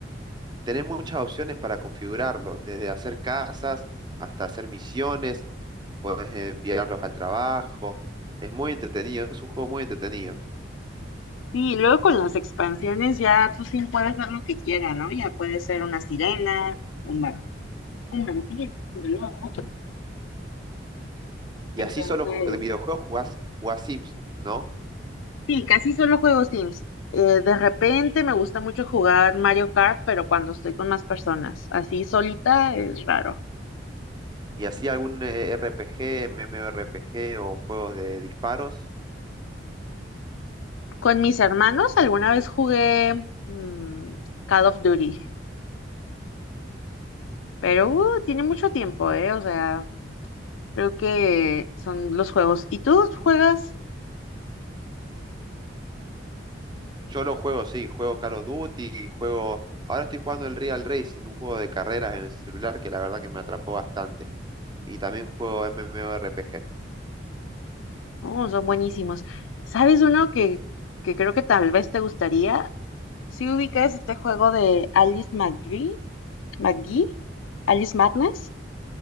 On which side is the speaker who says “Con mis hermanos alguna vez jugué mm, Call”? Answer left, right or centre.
Left